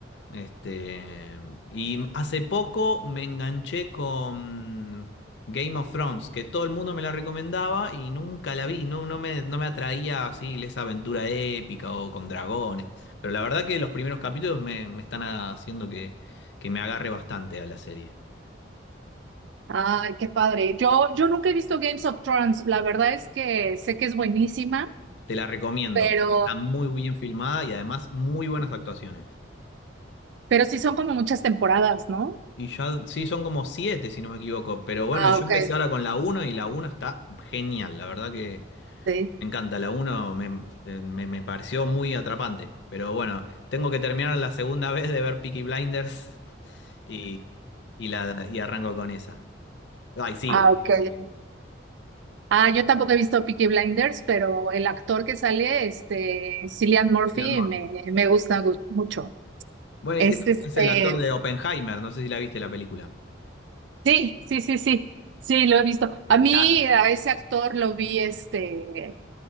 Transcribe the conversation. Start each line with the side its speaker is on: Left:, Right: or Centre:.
Left: Este, y hace poco me enganché con Game of Thrones, que todo el mundo me la recomendaba y nunca la vi, no, no me, no me atraía así esa aventura épica o con dragones. Pero la verdad que los primeros capítulos me, me están haciendo que, que me agarre bastante a la serie.
Right: Ay, qué padre. Yo, yo nunca he visto Games of Thrones. La verdad es que sé que es buenísima,
Left: Te la recomiendo
Right: pero,
Left: porque está muy bien filmada y además muy buenas actuaciones.
Right: pero sí son como muchas temporadas, ¿no?
Left: Y ya, sí, son como siete, si no me equivoco. Pero bueno,
Right: Ah,
Left: yo
Right: ok.
Left: empecé ahora con la uno y la uno está genial. La verdad que
Right: Sí.
Left: Me encanta, la uno me, eh, me- me pareció muy atrapante. Pero bueno, tengo que terminar la segunda vez de ver Peaky Blinders <laughs> y, y, la, y arranco con esa. Ay, sigo,
Right: Ah,
Left: y
Right: ok.
Left: sigo con
Right: Ah, yo tampoco he visto Peaky Blinders, pero el actor que sale, este, Cillian Murphy,
Left: Cillian Murphy.
Right: me, me gusta gu- mucho.
Left: Bueno,
Right: Es
Left: es,
Right: este,
Left: es el actor de Oppenheimer, no sé si la viste la película.
Right: sí, sí, sí, sí, sí, lo he visto. A mí,
Left: Larga.
Right: a ese actor lo vi, este,